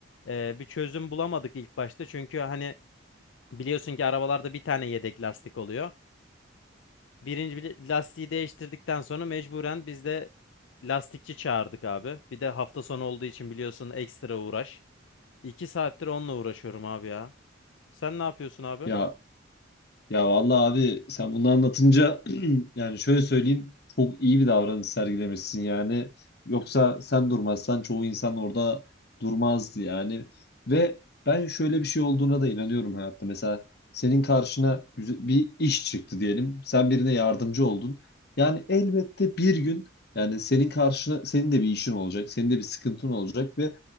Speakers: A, on the left; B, on the left.
A: e, bir çözüm bulamadık ilk başta çünkü hani biliyorsun ki arabalarda bir tane yedek lastik oluyor. Birinci bir lastiği değiştirdikten sonra mecburen biz de lastikçi çağırdık abi. Bir de hafta sonu olduğu için biliyorsun ekstra uğraş. İki saattir onunla uğraşıyorum abi ya. Sen ne yapıyorsun abi?
B: Ya Ya vallahi abi sen bunu anlatınca <clears throat> yani şöyle söyleyeyim çok iyi bir davranış sergilemişsin yani. Yoksa sen durmazsan çoğu insan orada durmazdı yani. Ve ben şöyle bir şey olduğuna da inanıyorum hayatta. Mesela senin karşına güze- bir iş çıktı diyelim. Sen birine yardımcı oldun. Yani elbette bir gün yani senin karşına senin de bir işin olacak. Senin de bir sıkıntın olacak ve